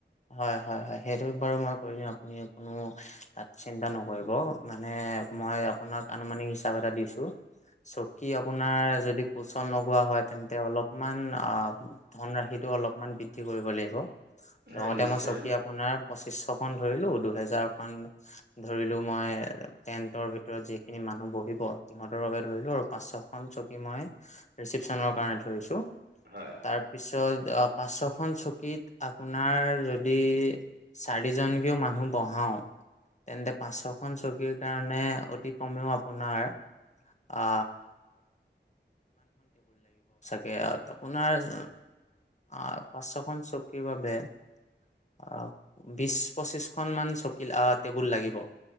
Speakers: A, on the left; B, on the right.
A: হয় হয় হয় সেইটো বাৰু মই কৰি দিওঁ আপুনি কোনো তাত চিন্তা নক মানে মই আপোনাক আনুমানিক হিচাপ এটা দিছো। চকী আপোনাৰ যদি কোচন লগোৱা হয়। তেন্তে অলপমান অ, ধনৰাশিতটো অলপমান বৃদ্ধি কৰিব লাগিব।
B: হয়
A: লগতে
B: নিশ্চয়
A: মই চকী আপোনাৰ পঁচিশশখনন ধৰিলো, দুহেজাৰ খন ধৰিলো, মই টেন্টৰ ভিতৰত যিখিনি মানুহ বহিব সিহঁতৰ বাবে ধৰিলো আৰু, পাঁচশখন চকী মই ৰিচিপশ্যনৰ কাৰণে ধৰিছোঁ।
B: হয়।
A: তাৰপিছত আ পাঁচখন চকীত, আ আপোনাৰ যদি চাৰিজনকেও মানুহ বহাওঁ, তেন্তে, পাঁচশখন চকীৰ কাৰণে অতি কমেও আপোনাৰ। আ আ। তাকে, আৰু আপোনাৰ পাঁচশখন চকীৰ বাবে, আ বিশ পঁচিশখন মান চকী আহ টেবুল লাগিব।